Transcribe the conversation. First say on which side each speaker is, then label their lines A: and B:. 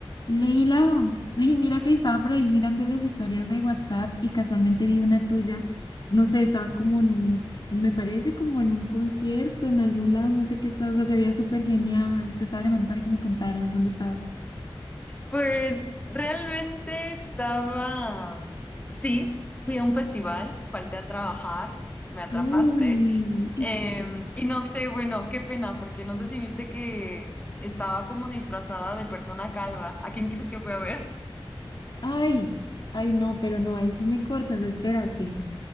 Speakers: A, on the left (about 50°); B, on the left (about 15°).
A: Leila, <laughs> ay mira que estaba por ahí mirando las historias de WhatsApp y casualmente vi una tuya. No sé, estabas como en un, me parece como en un concierto, en algún lado, no sé qué estabas, o sea, se veía súper genial. Te estaba llamando para que me contaras dónde estabas.
B: Pues realmente estaba, sí, fui a un festival, falté a trabajar, me atrapaste.
A: Uy,
B: em, y no sé, bueno, qué pena, porque no sé si viste que estaba como disfrazada de persona calva. ¿A quién crees que fue a ver? <laughs>
A: <laughs> ay, ay, no, pero no, ahí sí me corchas, espérate.